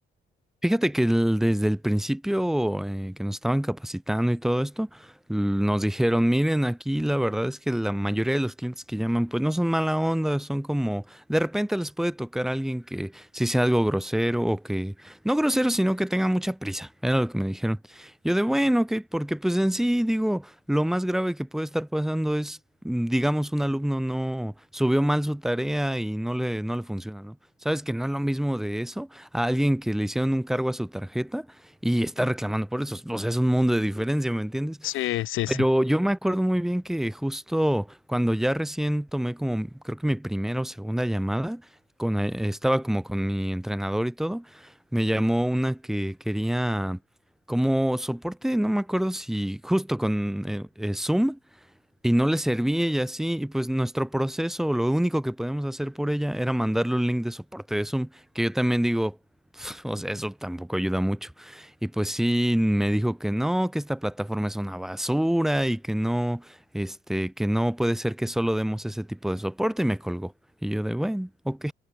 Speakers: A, in the centre; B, on the left.
A: Fíjate que el- desde el principio eh, que nos estaban capacitando y todo esto, l- nos dijeron, miren, aquí la verdad es que la mayoría de los clientes que llaman, pues no son mala onda, son como, de repente les puede tocar a alguien que sí sea algo grosero o que, no grosero, sino que tenga mucha prisa, era lo que me dijeron. Yo de, bueno, ok, porque pues en sí, digo, lo más grave que puede estar pasando es, mm, digamos, un alumno no subió mal su tarea y no le, no le funciona, ¿no? Sabes que no es lo mismo de eso a alguien que le hicieron un cargo a su tarjeta y está reclamando por eso. O sea, es un mundo de diferencia, ¿me entiendes?
B: Sí, sí,
A: Pero
B: sí.
A: yo me acuerdo muy bien que justo cuando ya recién tomé como, creo que mi primera o segunda llamada, con, eh, estaba como con mi entrenador y todo, me llamó una que quería como soporte, no me acuerdo si justo con eh, eh, Zoom. Y no le servía y así, y pues nuestro proceso, lo único que podíamos hacer por ella era mandarle un link de soporte de Zoom, que yo también digo, <laughs> "Pf, o sea, eso tampoco ayuda mucho. Y pues sí, me dijo que no, que esta plataforma es una basura y que no, este, que no puede ser que solo demos ese tipo de soporte y me colgó. Y yo de, bueno, ok.